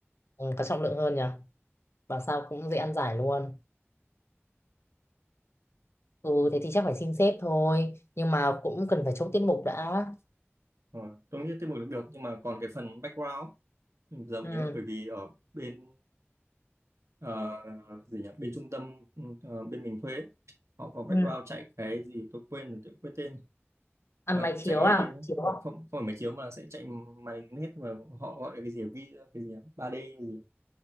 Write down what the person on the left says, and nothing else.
Ừ, có trọng lượng hơn nhỉ bảo sao cũng dễ ăn giải luôn ừ thế thì chắc phải xin sếp thôi nhưng mà cũng cần phải chốt tiết mục đã
ừ.
Ừ.
ăn
máy chiếu
à chiếu
à?